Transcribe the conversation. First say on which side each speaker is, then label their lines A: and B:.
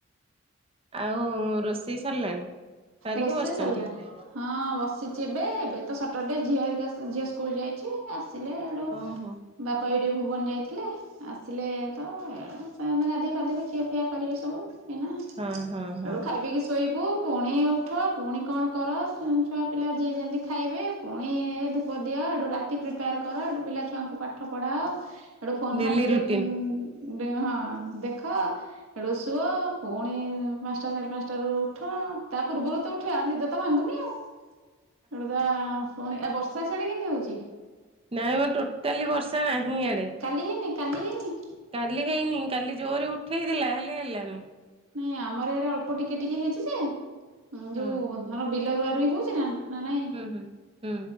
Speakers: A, on the right; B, on the right.
A: ଆଉ ରୋଷେଇ ସରିଲାଣି? ସାରିକି
B: ରୋଷେଇ
A: ବସିଛନ୍ତି
B: ସରିଲାଣି
A: ହଁ
B: ହଁ ବସିଚି ଏବେ ଏବେ ତ ସ ଟର ଡେ ଝିଅ ହୋରିକା ଝିଅ ସ୍କୁଲ ଯାଇଚି। ଆସିଲେ ହେଟୁ
A: ଓହୋ
B: ବାପା ବି ଟିକେ ଭୁବନ ଯାଇଥିଲେ। ଆସିଲେ ତ ଏ ଣେ ସେ ଏନା ଗାଧେଇ ପାଧୋଇବେ ଖିଆ ଫିଆ କରିବେ ସବୁ। ଏଇନା
A: ହଁ ହଁ ହଁ
B: ହେଇଥୁ ଖାଇ ପିଇକି ଶୋଇବୁ ପୁଣି ଉଠ ପୁଣି କଣ କର ଛୁଆପିଲା ଯିଏ ଯେମିତି ଖାଇବେ ପୁଣି ଏ ଧୂପ ଦିଅ ହେଠୁ ରାତି ପ୍ରିପେୟାର କର ହେଠୁ ପିଲା ଛୁଆଙ୍କୁ ପାଠ ପଢାଅ ହେଠୁ ଫୋନ
A: ଡେଲି
B: ଫାନ୍ ଟିକେ
A: ରୁଟିନ
B: ଉଁ ହଁ ଦେଖ ହେଠୁ ଶୁଅ ପୁଣି ପାଞ୍ଚଟା ସାଢ଼େ ପାଞ୍ଚଟାରୁ ଉଠ ତା ପୂର୍ବରୁ ତ ଉଠିଆ ଆଉ ନିଦ ତ ଭାଙ୍ଗୁନି ଆଉ ହେଠୁ ଦା ପୁଣି ଏ ବର୍ଷା ସିଆଡ଼େ କେମତି ହେଉଛି?
A: ନାଇଁ ମ ଟୋଟାଲି ବର୍ଷା ନାହିଁ ଇଆଡେ।
B: କାଲି ହେଇନି କାଲି ହେଇନି?
A: କାଲି ହେଇନି କାଲି ଜୋରରେ ଉଠେଇ ଥିଲା ହେଲେ ହେଲାନି।
B: ନାଇଁ ଆମର ଇଆଡେ ଅଳ୍ପ ଟିକେ ଟିକେ ହେଇଛି ଯେ ଉଁ
A: ହଁ
B: ଯୋଉ ଧର ବିଲ ରୁଆରୁଇ ହଉଛି ନା ନା ନାଇଁ
A: ହୁଁ ହୁଁ ହୁଁ